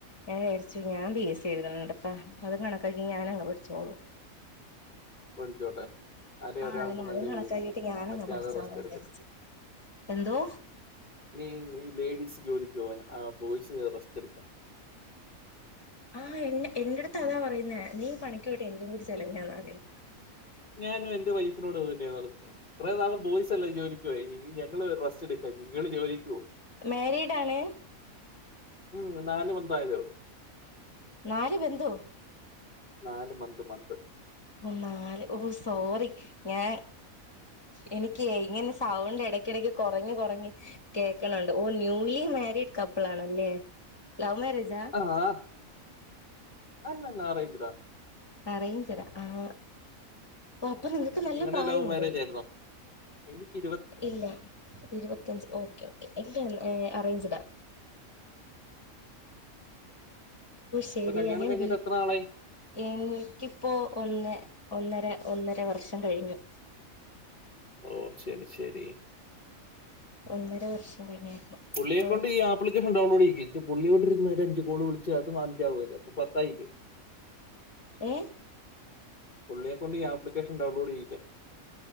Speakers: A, on the left; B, on the left.
A: ഞാൻ വിചാരിച്ചു ഞാൻ പിഎസി എഴുതുന്നുണ്ടപ്പ അതും കണക്കാക്കി ഞാനങ്ങ് പഠിച്ചോളു
B: പഠിച്ചോട്ടെ ആരെ
A: ആഹ്
B: ഒരാൾക്ക്
A: അതന്നെ
B: നല്ല
A: അതുംകണക്കാകീട്ട്
B: ജോലി
A: ഞാനങ്ങ്
B: മറ്റേ
A: പഠിച്ചോളും
B: ആള് റെസ്റ്റ്
A: വിചാരിച്ച്
B: എടുക്കട്ടെ
A: എന്തോ
B: ഇനി ഈ ലേഡീസ് ജോലിക്ക് പോയ ആ ബോയ്സ് റസ്റ്റെടുക്കാ
A: ആഹ് എന്നെ എന്റെടുത്ത് അതാ പറയുന്നേ നീ പണിക്കോയിട്ട് എനിക്ക് ചെലവിനന്നാതീന്
B: ഞാനും എന്റെ വൈഫിനോട് അതന്നെയാ പറഞ്ഞെ ഇത്രനാള് ബോയ്സല്ലേ ജോലിക്ക് പോയി ഇനിഞാ നങ്ങള് റസ്റ്റ് എടുക്കാ നിങ്ങള് ജോലിക്കുപോ
A: മേരീഡാണ്
B: ഉം നാല് മന്തായതേഒള്ളൂ
A: നാല് ബന്ധോ
B: നാല് മന്ത് മന്ത്
A: ഓ നാല് ഓ സോറി ഞാൻ എനിക്കെ ഇങ്ങനെ സൗണ്ട് എടയ്ക്കെടയ്ക്ക് കൊറഞ് കൊറഞ് കേൾക്ക്ണണ്ട് ഓ ന്യൂലി മാരീഡ് കപ്പിളാണല്ലേ ലൗവ് മേരേജാ
B: ആഹ് അല്ലല്ല അറേഞ്ച്ഡാ
A: അറേഞ്ച്ഡാ ആഹ് അപ്പൊ നിങ്ങക്ക് നല്ല
B: നിങ്ങടെ
A: പ്രായോണ്ട്
B: ലവ് മാരേജ് ആയിരുന്നോ? എനിക്ക്
A: ഇല്ലാ ഇരുപത്തഞ്ച് ഓക്കെ ഓക്കെ ഇല്ലാ അറേഞ്ച്ടാ ശരിയാ
B: ഇപ്പൊ കല്യാണം
A: ഞാൻ
B: കഴിഞ്ഞിട്ട്
A: ബി
B: എത്ര നാളായി
A: എനിക്കിപ്പോ ഒന്ന് ഒന്നര ഒന്നര വർഷംകഴിഞ്ഞു
B: ഓ ശരി ശരി
A: ഒന്നര വർഷം കഴിഞ്ഞായിരുന്നു
B: പുള്ളിയെക്കൊണ്ട്
A: ഇപ്പൊ
B: ഈ ആപ്പ് പുള്ളിക്കാരുണ്ടാവുമ്പൊള് ഇരുത്ത് പുള്ളിയെകൊണ്ട് <unintelligible> ഒരഅഞ്ച് കോള് വിളിച്ചാ അത് <unintelligible> അപ്പൊപത്തായില്ലേ
A: ഏഹ്
B: പുള്ളിയെ കൊണ്ട് ഈആപ്ലിക്കേഷൻ ഡൗൺലോഡെയ്യിക്കാൻ